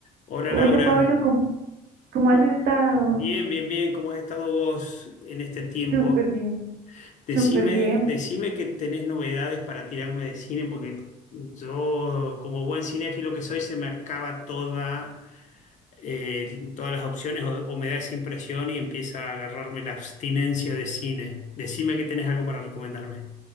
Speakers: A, on the left; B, on the right.
A: Hola
B: Hola
A: Laura,
B: Pablo, ¿cómo, cómo
A: ¿Cómo-
B: has estado?
A: bien, bien, bien, ¿cómo has estado vos en este tiempo?
B: Súper bien,
A: Decime,
B: súper bien.
A: decime que tenés novedades para tirarme de cine, porque yo, como buen cinéfilo que soy, se me acaba toda, eh, todas las opciones o, o me da esa impresión y empieza a agarrarme la abstinencia de cine. Decime que tenés algo para recomendarme.